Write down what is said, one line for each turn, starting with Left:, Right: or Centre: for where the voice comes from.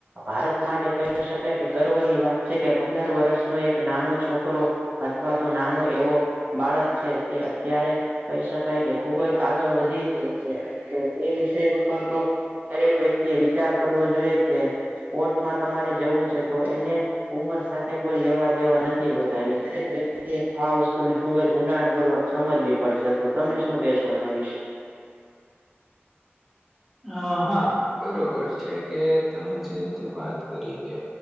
Right: ભારત માટે કહી શકાય કે ગર્વની વાત છે કે પંદર વર્ષનો એક નાનો છોકરો. અથવા તો નાનો એવો. બાળક છે તે અત્યારે કહી શકાય કે ખુબ જ આગળ વધી રહ્યો છે. તો એ વિષય ઉપર તો દરેક વ્યક્તિ એ વિચાર કરવોએ. જો કે સ્પોર્ટમાં તમારે જવું છે તો એને ઉંમર. કોઈ લેવા દેવા નથી હોતા એટલે દરેક વ્યક્તિ એ આ વસ્તુને ખુબ જ ઊંડાણપૂર્વક. સમજવી પડશે તો તમે શું કેહેશો આના વિશે.
Centre: હ હા બરોબર છે કે તમે જે રીતે વાત કરી કે.